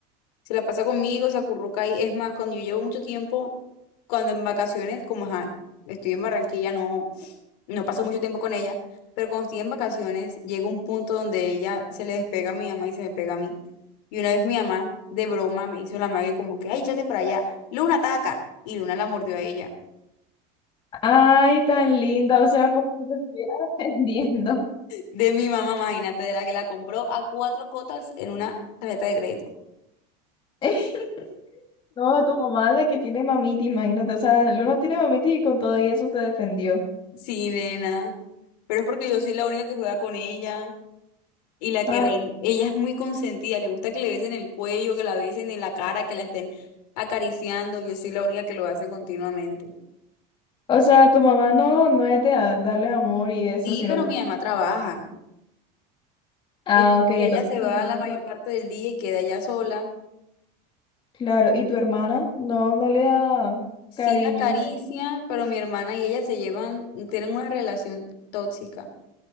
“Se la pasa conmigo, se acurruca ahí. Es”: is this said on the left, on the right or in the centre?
Left